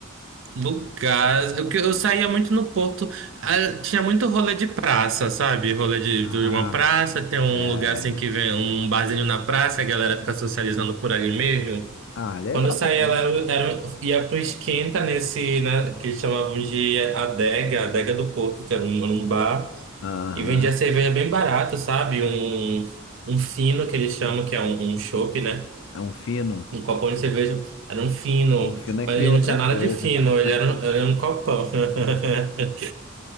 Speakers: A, on the right (about 60°); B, on the left (about 60°).
A: lugar. Eu, que- eu saía muito no Porto. Ah, tinha muito rolê de praça, sabe? Rolê de,
B: Ah,
A: de uma praça, tem um
B: é.
A: lugar assim que vem um barzinho na praça, a galera fica socializando por ali mesmo.
B: Ah, legal
A: Quando eu saía
B: também,
A: lá, eu
B: pô.
A: era, ia pro Esquenta nesse, né, que eles chamavam de Adega, Adega do Porto, que era um, era um bar.
B: Aham.
A: E vendia cerveja bem barato, sabe? Um, um fino, que eles chamam, que é um, um chopp, né?
B: É um fino.
A: Um copão de cerveja. Era um fino.
B: Um fino aqui
A: Mas ele
B: é outra
A: não tinha
B: coisa.
A: nada de fino,
B: <laughs>
A: ele era, um- era um copão. <laughs>